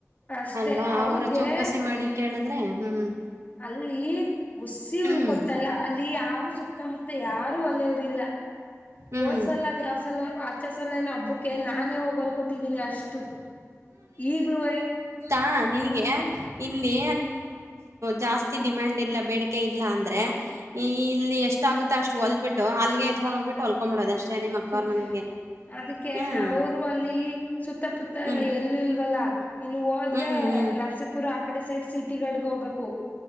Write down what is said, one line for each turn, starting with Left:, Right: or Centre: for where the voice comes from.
Left: ಅಷ್ಟೆ
Right: ಅಲ್ವಾ
Left: ಅವ್ರಗೆ
Right: ಅವರು ಚೌಕಸಿ ಮಾಡಿ ಕೇಳಿದ್ರೆ ಹ್ಮ್
Left: ಅಲ್ಲಿ ಹುಸಿ
Right: ಹ್ಮ್
Left: ಒಂದ್ ಕೊಡ್ತಾ ಇಲ್ಲ ಅಲ್ಲಿ ಯಾರು ಸುತ್ತಮುತ್ತ ಯಾರು ಒಳೆಯವ್ರಲಿಲಾ
Right: ಹ್ಮ್
Left: ಓದ್ಸಲ ಅದು ಯಾವ್ ಸಲ ಆಚೇ ಸಲ ಹಬ್ಬಕ್ಕೆ ನಾನೇ ಹೋಗ ತಗೊಂಡ ಕೊಟ್ಟಿದ್ದೀನಿ ಅಷ್ಟು ಈಗ್ಲೂವೆ
Right: ಹ ನಿನಗೆ ಇಲ್ಲಿ ಜಾಸ್ತಿ ಡಿಮ್ಯಾಂಡ್ ಇಲ್ಲ ಬೇಡಿಕೆ ಇಲ್ಲ ಅಂದ್ರೆ ಈ ಇಲ್ಲಿ ಎಷ್ಟ ಆಗುತ್ತೆ ಅಷ್ಟು ಹೊಲಬಿಟ್ಟು ಅಲ್ಲಿಗೆ ತಗೊಂಡೋಗ ಟ್ಟೋಳ್ಕೊಡೋ ಅಷ್ಟೇ ನಿಮ್ಮ ಅಕ್ಕ
Left: ಹ್ಮ
Right: ಅವ್ರ ಮನೆಗೆ
Left: ಅದಕ್ಕೆ
Right: ಹ್ಮ್
Left: ಅವರು ಅಲ್ಲಿ ಸುತ್ತ ಪುತ್ತ
Right: ಹ್ಮ್
Left: ಎಲ್ಲೂ ಇಲ್ವಲ್ಲಾ ಇನ್ನು ಹೋದ್ರೆ
Right: ಹ್ಮ್ ಹ್ಮ್
Left: ನರಸೀಪುರ ಆ ಕಡೆ ಸೈಡ್ ಸಿಟಿ ಅಡಿಗೆ ಹೋಗ್ಬೇಕು